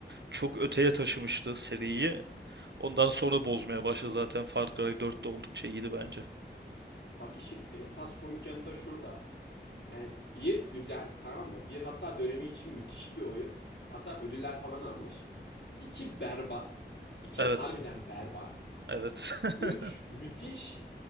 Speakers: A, on the right; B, on the left.
A: çok öteye taşımıştı seriyi. Ondan sonra bozmaya başladı zaten Far Cry dört de oldukça iyiydi bence.
B: Bak işin esas komik yanı da şurada. Yani bir güzel tamam mı? Bir hatta dönemi için müthiş bir oyun. Hatta ödüller falan almış. İki berbat. İki
A: Evet,
B: harbiden berbat.
A: evet. <laughs>
B: Üç müthiş.